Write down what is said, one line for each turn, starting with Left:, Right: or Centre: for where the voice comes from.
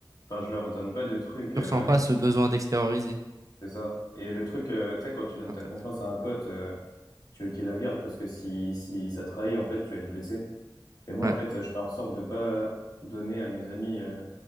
Left: Enfin, je leur donne pas de trucs,
Right: Tu
Left: euh,
Right: ressens pas ce besoin d'extérioriser.
Left: c'est ça. Et le truc, euh, tu sais, quand tu
Right: C'est
Left: donnes
Right: intéressant.
Left: ta confiance à un pote, euh, tu veux qu'il la garde parce que si, si ça trahit, en fait, tu vas être blessé. Et moi,
Right: Ouais,
Left: en fait, je fais en sorte de pas donner à mes amis, euh,